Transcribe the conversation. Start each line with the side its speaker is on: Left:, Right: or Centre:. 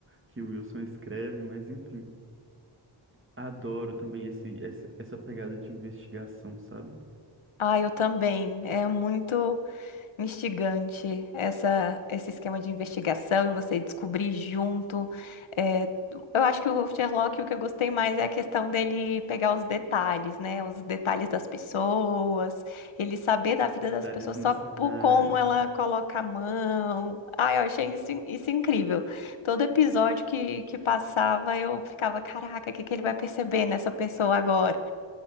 Right: que o Wilson escreve, mas enfim. Adoro também esse, esse, essa pegada de investigação, sabe?
Left: Ah, eu também. É muito. instigante essa, esse esquema de investigação e você descobrir junto. É, eu acho que o Sherlock, o que eu gostei mais é a questão dele pegar os detalhes, né? Os detalhes das pessoas, ele saber da vida
Right: Detalhes
Left: das pessoas
Right: no
Left: só
Right: cenário.
Left: por como ela coloca a mão. Ai, eu achei isso, in- isso incrível. Todo episódio que, que passava, eu ficava, caraca, o que que ele vai perceber nessa pessoa agora?